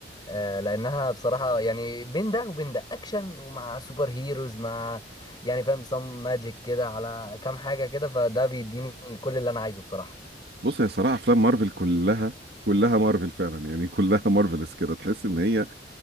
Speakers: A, on the left; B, on the right.
A: آه، لانها بصراحه يعني بين ده وبين ده اكشن ومع سوبر هيروز مع يعني فاهم سم ماجيك كده على كام حاجه كده فده بيديني كل اللي انا عايزه بصراحه
B: بص هي صراحه افلام مارفل كلها كلها مارفل فعلا يعني كلها مارفلز كده تحس ان هي